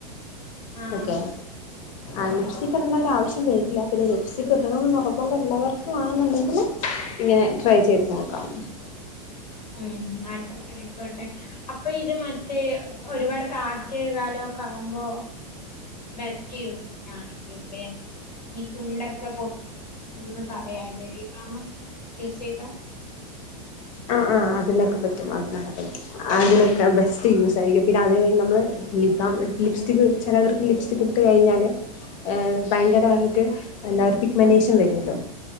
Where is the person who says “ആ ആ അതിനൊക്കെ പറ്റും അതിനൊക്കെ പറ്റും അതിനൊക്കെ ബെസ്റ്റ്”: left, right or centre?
Left